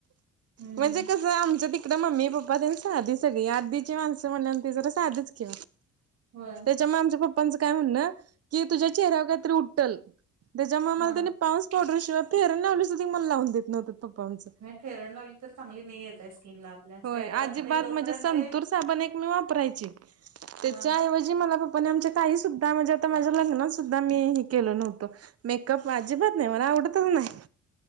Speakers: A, on the right; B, on the right.
A: हं.
B: म्हणजे कस आमच्या तिकडं तिकडं मम्मी पप्पा तेन साधी सगळी, आदीची माणसं म्हणल्या आणि ती जरा साधीच कि
A: होय..
B: त्यामूळ आमच्या पप्पांच काय म्हण कि तुझ्या चेहऱ्यावर कायतरी उटल त्याच्यामूळ
A: हां.
B: पोंड्स पावडर शिवाय फेरन लावली सुद्ध मला लावून देत नव्हत पप्पा आमच
A: फेरण लावली तर चांगली नाहीये स्किन ला आपल्या स्टेरॉइड
B: हो अजिबात
A: असते जोपर्यंत
B: म्हणजे संतूर
A: ते
B: साबण एक मी वापरायची त्याच्या
A: हां,
B: ऐवजी मला पप्पांनी आमच्या काही सुद्धा म्हणजे आता माझ्या लग्नास सुद्धा मी हे केलं नव्हतं मेकअप अजिबात नाही मला आवडतच नाही